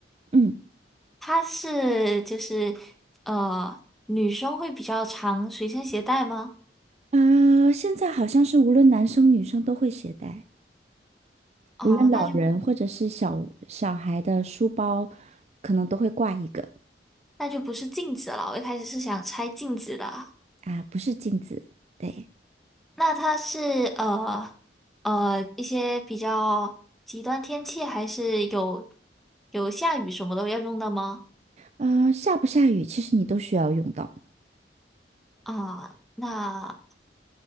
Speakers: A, on the right; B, in the centre.
A: 嗯，
B: 它是就是呃，女生会比较常随身携带吗？
A: 啊、现在好像是无论男生女生都会携带，
B: 哦，
A: 无论老人或者是小小孩的书包，
B: 那就
A: 可能都会挂一个
B: 那就不是镜子了。我一开始是想拆镜子的。
A: 啊，不是镜子。对，
B: 那它是呃呃一些比较极端天气，还是有有下雨什么都要用的吗？
A: 呃，下不下雨，其实你都需要用到。
B: 啊，那